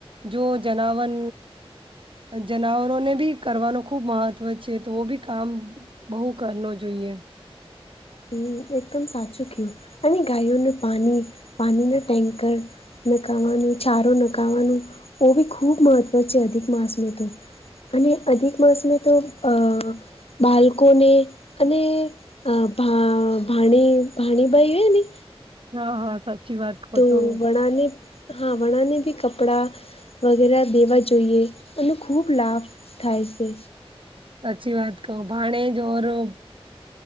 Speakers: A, on the right; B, on the left.
A: જો જનાવર, જનાવરોને ભી કરવાનું ખુબ મહત્વ છે, તો બી કામ બહુ કર ન જોઈએ
B: હમ, એકદમ સાચું કયું અને ગાયોને પાણી, પાણીના ટેન્કર ન ખાવાનું ચારો ન ખાવાનું, ઓ બી ખૂબ મહત્ત્વ છે અધિક માસ મે તો અને અધિક માસ મે તો અ બાળકોને અને ભા ભણી ભાણીભાઈ હોય ને
A: હા, હા, સાચી વાત કહો
B: તો,
A: તમે
B: વડાને, હા, વડાને ભી કપડા વગેરે દેવા જોઈએ એને ખૂબ લાભ થાય છે
A: સાચચી વાત કહો, ભાણેજરા